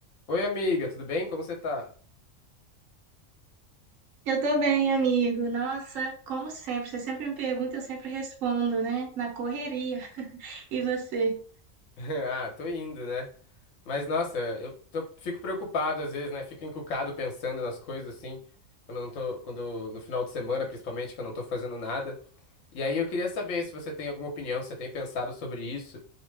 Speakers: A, on the left; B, on the right.
A: Oi, amiga, tudo bem? Como você tá?
B: Eu tô bem, amigo. Nossa, como sempre, você sempre me pergunta, eu sempre respondo, né? Na correria. <laughs> E você?
A: <laughs> Ah, tô indo, né? Mas nossa, eu tô- fico preocupado às vezes, né? Fico encucado pensando nas coisas assim, quando eu não tô, quando no final de semana, principalmente, que eu não tô fazendo nada. E aí eu queria saber se você tem alguma opinião, se você tem pensado sobre isso.